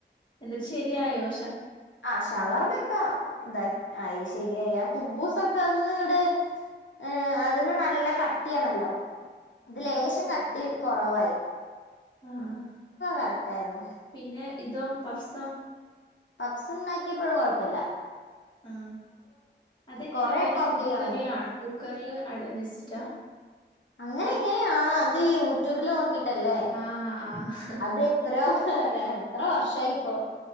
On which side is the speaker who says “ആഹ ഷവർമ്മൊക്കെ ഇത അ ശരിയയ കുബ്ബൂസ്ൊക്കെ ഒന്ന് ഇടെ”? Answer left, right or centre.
Left